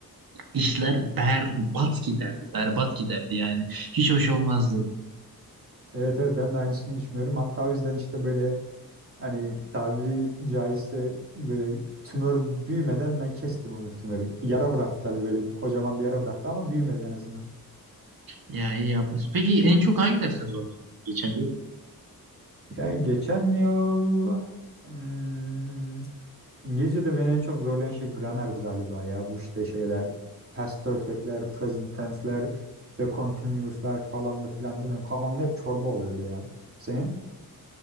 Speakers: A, on the right; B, on the right.
A: işler berbat giderdi. Berbat giderdi yani. Hiç hoş olmazdı.
B: evet evet ben de aynısını düşünüyorum. Hatta o yüzden işte böyle hani tabiri caizse böyle tümör büyümeden ben kestim onu tümörü. Yara bıraktı tabii böyle bir kocaman bir yara bıraktı ama büyümedi en azından.
A: Ya iyi yapmış. Peki en çok hangi derste zorlandın geçen yıl?
B: Ya geçen yıl hmm, İngilizce'de beni en çok zorlayan şey gramerdi galiba ya. Bu işte şeyler past perfect'ler, present tense'ler, işte continuous'lar falan da filan da benim kafamda hep çorba oluyordu yani. Senin